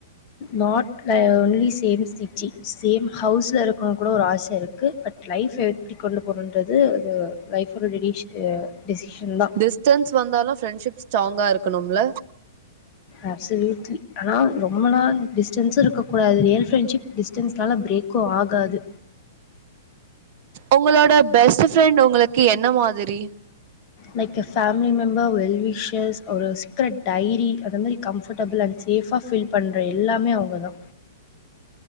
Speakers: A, on the left; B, on the right.
A: நாட் ல ஒன்லி சேம் சிட்டி சேம் ஹவுஸ்ல இருக்கணுனு கூட ஒரு ஆச இருக்கு பட் லைஃப் எப்டி கொண்டு போணு ன்றது அது லைஃப் ஓட டெடிஷ் டெசிஷன் தா
B: டிஸ்டன்ஸ் வந்தாலு ஃப்ரெண்ட்ஷிப் ஸ்ட்ராங்கா இருக்கணும்ல
A: அப்சல்யூட்லி ஆனா ரொம்ப நாள் டிஸ் டன்ஸ் இருக்கூடாது ரியல் ஃப்ரெண்டஷிப் டிஸ்டன்ஸ்னால பிரேக்கு ஆகாது
B: உங்களோட பெஸ்ட் ஃப்ரெண்ட் உங்களுக்கு என்ன மாதிரி
A: like a family member well wishes ஒரு சீக்கரட் டைரி அந்த மாரி கம்ஃபர்டபிள் அண்ட் சேஃபா ஃபீல் பண்ற எல்லாமே அவுங்க தா